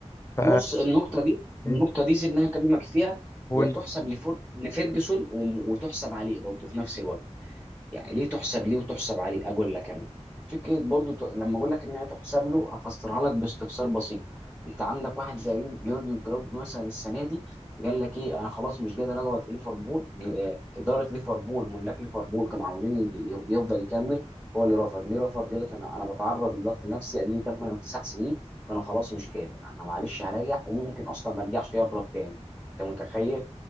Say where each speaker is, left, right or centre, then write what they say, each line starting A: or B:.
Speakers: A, on the left; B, in the centre.
A: ف
B: بص النقطة دي
A: مم.
B: النقطة دي سيبني أنا أكلمك فيها
A: هو
B: هي
A: ال
B: تحسب لفر- لفيرجسون وم- وتحسب عليه برضه في نفس الوقت يعني ليه تحسب ليه وتحسب عليه اقول لك انا فكره برضو ت... لما اقول لك ان هي تحسب له هفسرها لك باستفسار بسيط انت عندك واحد زي يور- يورجن كلوب مثلا السنه دي قال لك ايه انا خلاص مش قادر اقعد في ليفربول آه، اداره ليفربول ملاك ليفربول كانوا عاوزين ي- يفضل يكمل هو اللي رفض ليه رفض قال لك انا انا بتعرض لضغط نفسي اديني 8 او 9 سنين فانا خلاص مش قادر انا معلش هريح وممكن اصلا ما ارجعش يهرب تاني انت متخيل